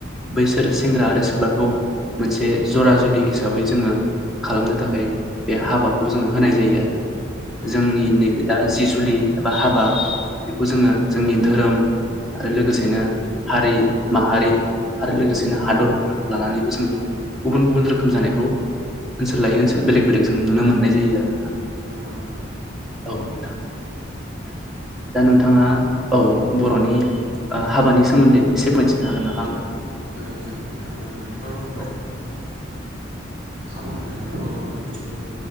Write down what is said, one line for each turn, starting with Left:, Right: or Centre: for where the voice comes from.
Centre: बैसोर सेंग्रा आर सिख्ला खौ मोनसे जरा जुलि हिसाबै जोङो खालामनो थाखाय बे हाबाखौ जोङो होनाय जायो आरो
Right: नंगौ
Centre: जोंनि
Right: नंगौ
Centre: नैबे दा जि जुलि एबा हाबा बेखौ जोङो जोंनि धोरोम आरो लोगोसेनो हारि माहारि आरो लोगोसे बिदिनो हादरफोरखौ लानानैबो जों गुबुन गुबुन रोखोम जानायखौ ओनसोल लायो ओनसोल बेलेग बेलेग जों नुनो मोननाय जायो आरो
Right: नंगौ नोंगौ।
Centre: औ नोंथां। दा नोंथाङा औ बरनि हाबानि सोमोन्दै एसे मिथिनो हागोन नामा आंनो
Right: ओ-जागोन नोंथा नोंथाङा र होनबाय
Centre: औ
Right: हाबा होनोब्लाथ बिदिनो